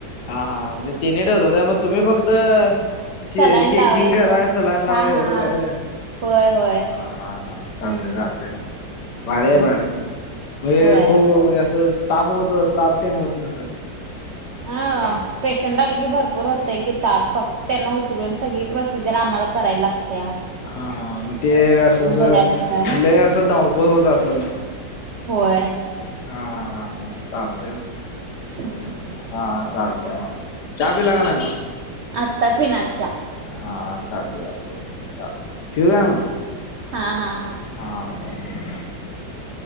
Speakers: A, on the left; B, on the right.
A: हा! हा! म्हणजे तिन ठेवत होता. मग तुम्ही फक्त चे
B: सलाईन
A: चेकिंग
B: लावायचं
A: करा, सलान
B: हा
A: लावा एवढंच!
B: हा होय होय
A: हा! हा! हा! हा! चालते
B: हम्म
A: चालतय मग भाड!
B: हम्म
A: भाड! म्हणे
B: होय
A: खूप म्हणजे असं! ताप होत! ताप तेण होत नसेल!
B: हा! पेशंट आले की भरपूर होतेय की, ताप फक्त त्यांना उचलून सगळी, प्रोसिजर आम्हाला, करायला लाग त्या
A: हा! हा! मग ते असं! अस! म्हण
B: गेल्यानंतर
A: असं धावपळ होत असल!
B: होय!
A: हा! चालतेय मग!
B: हम्म! !
A: हा चालत! आला चहा पीला काना!
B: आता पीनार चहा!
A: हा चातत य! ठी आहे म!
B: हा! हा! हा! !
A: हा! !